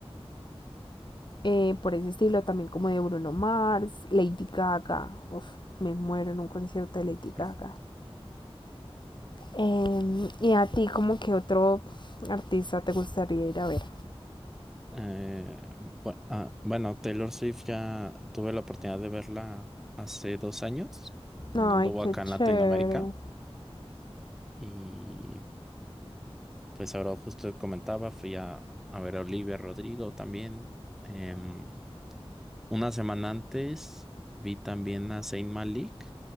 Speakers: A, on the left; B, in the centre.
A: eh, por ese estilo también como de Bruno Mars, Lady Gaga, uf, me muero en un concierto de Lady
B: <laughs>
A: Gaga. Em, y a ti, como que otro artista te gustaría ir a ver.
B: Eh, bu- ah, bueno, Taylor Swift ya tuve la oportunidad de verla hace dos años, cuando
A: Ay,
B: anduvo
A: qué
B: acá
A: chévere.
B: en Latinoamérica. Y pues ahora justo comentaba, fui a, a ver a Olivia Rodrigo también. Em, una semana antes vi también a Zayn Malik,